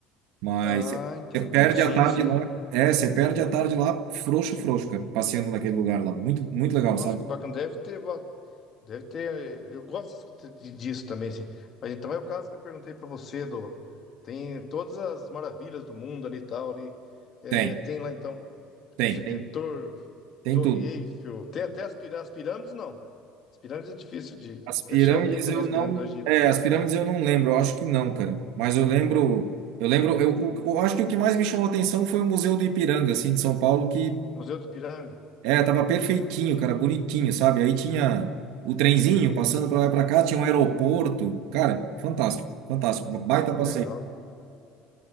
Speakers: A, on the right; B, on the left.
A: Mas
B: ah,
A: você
B: entendi.
A: você perde
B: Sim,
A: a tarde
B: sim.
A: lá. É, você perde a tarde lá, frouxo, frouxo, cara, passeando naquele lugar lá. Muito, muito legal,
B: Nossa,
A: sabe?
B: que bacana. Deve ter, ba- deve ter. eh, Eu gosto dessas- de- disso também, assim. Mas então é o caso que eu perguntei pra você do, tem todas as maravilhas do mundo ali e tal ali. É,
A: Tem,
B: tem lá então
A: tem.
B: Cristo Redentor,
A: Tem Tem
B: Torre
A: tudo.
B: Eiffel. Tem até as, pirâ- as pirâmides, não. As pirâmides é difícil de, de
A: As
B: de
A: pirâmides
B: achar. Ou tem também
A: eu
B: as
A: não,
B: pirâmides do Egito?
A: é, as pirâmides eu não lembro, eu acho que não, cara. Mas eu lembro, eu lembro, eu, o- eu acho que o que mais me chamou a atenção foi o Museu do Ipiranga, assim, de São Paulo, que
B: Museu do Piranga.
A: é, tava perfeitinho, cara, bonitinho, sabe? Aí tinha o trenzinho passando para lá e para cá, tinha um aeroporto. Cara, fantástico, fantástico, baita
B: Que
A: passeio.
B: legal.